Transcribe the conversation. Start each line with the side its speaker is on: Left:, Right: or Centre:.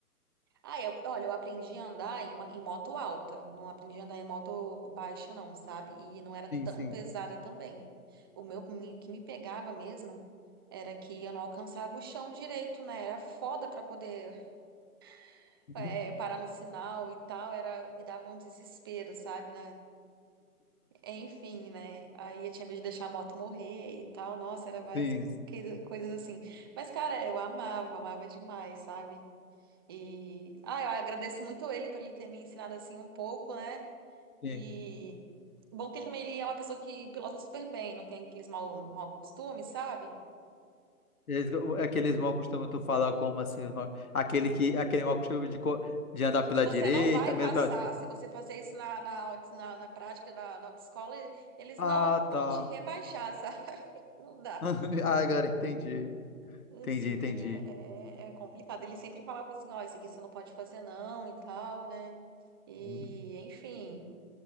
Right: Ah, eu, olha, eu aprendi a andar em, uma- em moto alta. Não aprendi a andar em moto baixa, não, sabe? E não era tão
Left: Sim, sim.
Right: pesada também. O meu, o que me pegava mesmo era que eu não alcançava o chão direito, né? Era foda pra poder, <laughs>
Left: <laughs>
Right: é, parar no sinal e tal. Era, me dava um desespero, sabe? Enfim, né? Aí eu tinha medo de deixar a moto morrer e tal. Nossa, era várias
Left: Sim,
Right: que- coisas assim. Mas, cara, eu amava, amava demais, sabe? E. Ah, eu agradeço muito ele por ele ter me ensinado assim um pouco, né?
Left: sim.
Right: E. Bom que ele também ele é uma pessoa que pilota super bem, não tem aqueles mau, mau costumes, sabe?
Left: Eles- o- Aqueles mal costumam tu falar como assim, os mal- aquele que aquele mal costume de, co- de andar
Right: Que
Left: pela
Right: você
Left: direita,
Right: não vai
Left: mesmo
Right: passar.
Left: pela...
Right: Se você fazer isso na, na, auto- na, na prática da, da autoescola, eles
Left: Ah,
Right: não vão
Left: tá.
Right: te rebaixar, sabe? <laughs> Não dá.
Left: <laughs> Ah, agora entendi.
Right: Assim,
Left: Entendi, entendi.
Right: é, é, é complicado. Ele sempre falava assim, ó, isso aqui você não pode fazer não e tal, né? E,
Left: Uhum.
Right: enfim.